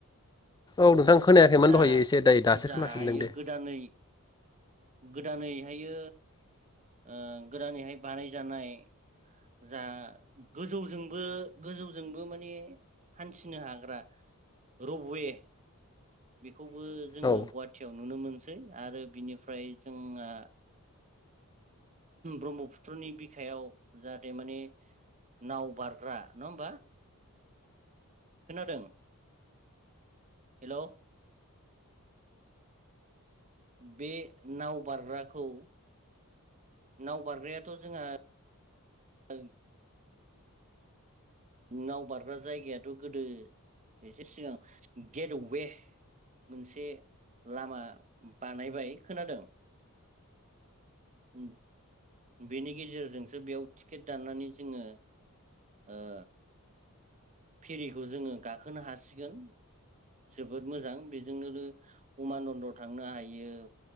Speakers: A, on the left; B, on the right.
A: औ नोंथां। खोनायाखैमोन
B: दा
A: दहायायो एसे दायो दासो
B: जाहायो
A: खोनाफिनदों दे।
B: गोदानै गोदानैहायो ओ गोदानैहाय बानायजानाय जा गोजौजोंबो गोजौजोंबो माने हान्थिनो हाग्रा रबवे बेखौ खौबो जोंङो
A: औ
B: गुहाटियाव नुनो मोनसै आरो बिनिफ्राय जोंहा ब्रह्मपुत्रनि बिखायाव जाहाथे माने नाव बारग्रा नङा होमबा? खोनादों। हेल'। बे नाव बारग्राखौ नाव बारग्रायाथ' जोंहा ओ नाव बारग्रा जायगायाथ' गोदो एसे सिगां गेट वे मोनसे लामा बानायबाय खोनादों? उम्म। बेनि गेजेरजोंसो बेयाव टिकेट दाननानै जोंङो ओ फेरिखौ जोङो गाखोनो हासिगोन जोबोद मोजां बेजोंनो उमानन्द थांनो हायो